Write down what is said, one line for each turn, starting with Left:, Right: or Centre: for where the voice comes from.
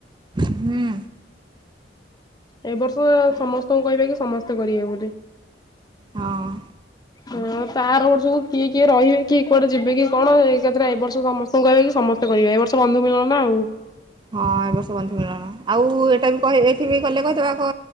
Right: ହୁଁ।
Left: ଏ ବର୍ଷ ସମସ୍ତଙ୍କୁ କହିବା କି ସମସ୍ତେ କରିବେ ବୋଲି।
Right: ହଁ।
Left: ହଁ ତା ଆର ବର୍ଷ କୁ କିଏ କିଏ ରହିବେ କିଏ କୁଆଡେ ଯିବେ କି କଣ? କଣ ଏକାଥରେ ଏଇ ବର୍ଷ ସମସ୍ତଙ୍କୁ କହିବା କି ସମସ୍ତେ କହିବେ ଏ ବର୍ଷ ବନ୍ଧୁ ମିଳନ ନାଁ ଆଉ।
Right: ହଁ ଏ ବର୍ଷ ବନ୍ଧୁ ମିଳନ ଆଉ ଏଇଟା ବି କହିଦେଇଥିବି ଗଲେ କହିଦେବାକୁ